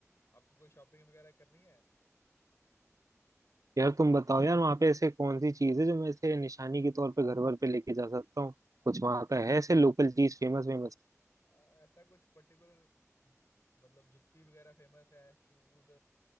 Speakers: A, on the left; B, on the right.
A: आपको कोई शॉपिंग वगैरह करनी है
B: यार तुम बताओ यार वहाँ पे ऐसे कौन सी चीज है जो मैं ऐसे निशानी के तौर पे घर भर पे लेके जा सकता हूँ कुछ वहाँ का है ऐसे लोकल चीज फेमस वेमस
A: आ, ऐसा कुछ पर्टिकुलर मतलब जुत्ती वगैरह फेमस है शूज